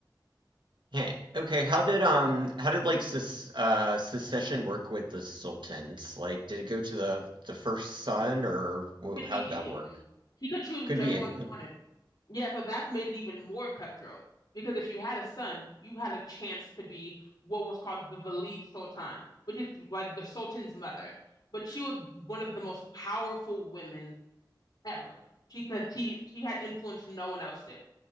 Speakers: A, on the right; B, on the left.
A: heh. Okay, how did um how did like ses uh secession work with the sultans? Like, did it go to the the first son or wh-
B: It could
A: how
B: be
A: did
B: any
A: that
B: of
A: work?
B: them. He could choose whichever
A: Could be
B: one
A: any of
B: he
A: them.
B: wanted. Yeah, so that made it even more cutthroat because if you had a son, you had a chance to be what was called the Valid Sultan, which is like the Sultan's mother. But she was one of the most powerful women ever. She could, she, she had influence no one else did.